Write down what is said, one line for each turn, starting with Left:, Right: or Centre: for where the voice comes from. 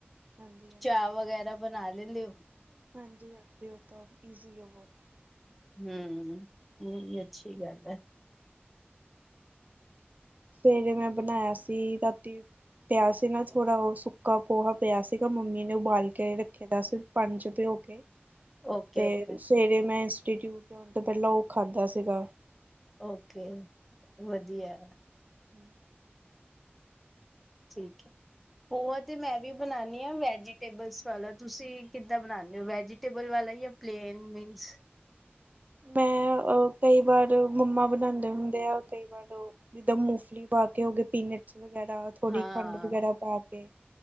Right: ਹਾਂਜੀ ਹਾਂਜੀ
Centre: ਚਾਂ ਵਗੈਰਾ ਬਨਾ ਲੈਂਦੇ ਓ?
Right: ਹਾਂਜੀ-ਹਾਂਜੀ, ਓ ਤਾਂ ਇਜ਼ੀ ਆ ਬੋਤ।
Centre: ਹੂੰ, ਨਈ ਅੱਛੀ ਗੱਲ ਏ।
Right: ਸਵੇਰੇ ਮੈਂ ਬਣਾਇਆ ਸੀ ਰਾਤੀ ਪਿਆ ਸੀ ਨਾ ਥੋੜਾ ਓ ਸੁੱਕਾ ਪੋਹਾ ਪਿਆ ਸੀਗਾ ਮੰਮੀ ਨੇ ਉਬਾਲ ਕੇ ਰੱਖੇਆ ਦਾ ਸੀ ਪਾਨੀ ਚ ਭਿਓ ਕੇ।
Centre: ਓਕੇ-ਓਕੇ
Right: ਤੇ ਸਵੇਰੇ ਮੈਂ ਇੰਸਟੀਟਿਊਟ ਜਾਨ ਤੋਂ ਪੈਲਾਂ ਓ‌ ਖਾਧਾ ਸੀਗਾ।
Centre: ਓਕੇ
Right: ਹਾਂਜੀ
Centre: ਵਦੀਐ।
Right: <inaudible>
Centre: ਠੀਕ ਐ। ਪੋਹਾ ਤੇ ਮੈਂ ਵੀ ਬਨਾਨੀ ਆ ਵੈਜੀਟੇਬਲਸ ਵਾਲਾ ਤੁਸੀਂ ਕਿੱਦਾਂ ਬਨਾਨੇ ਓ ਵੈਜੀਟੇਬਲ ਵਾਲਾ ਯਾਂ ਪਲੇਨ ਮੀਨਸ।
Right: ਮੈਂ ਅ ਕਈ ਵਾਰ ਮੰਮਾ ਬਨਾੰਦੇ ਹੁੰਦੇ ਆ ਕਈ ਵਾਰ ਓ ਜਿੱਦਾਂ ਮੂੰਫਲੀ ਪਾ ਕੇ ਹੋ ਗਏ ਪੀਨਟਸ ਵਗੈਰਾ ਥੋੜੀ
Centre: ਹਾਂ
Right: ਖੰਡ ਵਗੈਰਾ ਪਾ ਕੇ